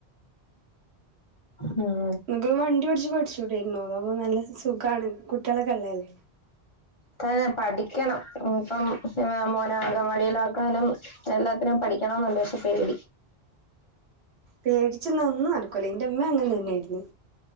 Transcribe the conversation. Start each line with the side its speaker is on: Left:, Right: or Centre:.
Left: ഉം
Right: ങ്ങക്ക് വണ്ടി ഓടിച്ച് പഠിച്ചുടെയിരുന്നോ അതവുമ്പോ നല്ല സുഖാണ് കുട്ടികളൊക്കെ ള്ള ല്ലേ
Left: തന്നെ പഠിക്കണം ഇപ്പം മോനെ അങ്കവാടിയിലാക്കാനും എല്ലാത്തിനും പഠിക്കണംന്ന്ണ്ട് ഷേ പേടി
Right: പേടിച്ന്ന ഒന്നും നടക്കൂല ന്റെ ഇമ്മ അങ്ങനെന്നെഞ്ഞി